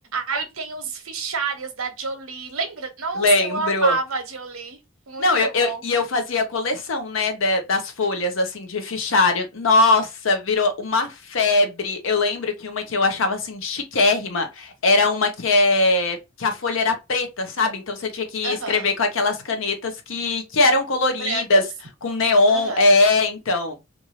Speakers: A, on the right (about 85°); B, on the left (about 70°).
A: Aí tem os fichários da Jolie. Lembra? Nossa,
B: Lembro.
A: eu amava a Jolie. Muito
B: Não, eu,
A: bom.
B: eu- e eu fazia coleção, né, da- das folhas, assim, de fichário. Nossa, virou uma febre. Eu lembro que uma que eu achava, assim, chiquérrima era uma que, é, que a folha era preta, sabe? Então você tinha que
A: Aham.
B: escrever com aquelas canetas que, que eram coloridas,
A: Brancas.
B: com neon.
A: Aham.
B: É, então.